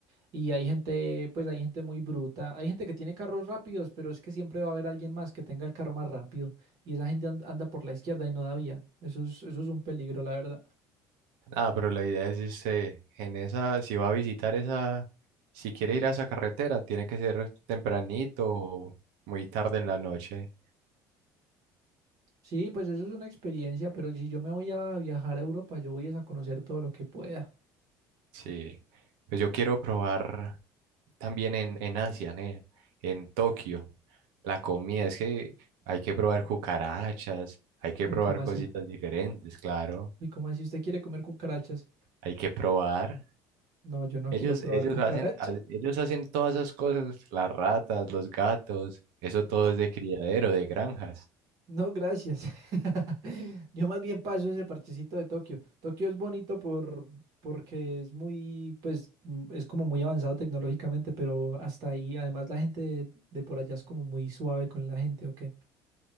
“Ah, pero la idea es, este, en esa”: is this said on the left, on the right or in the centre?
Right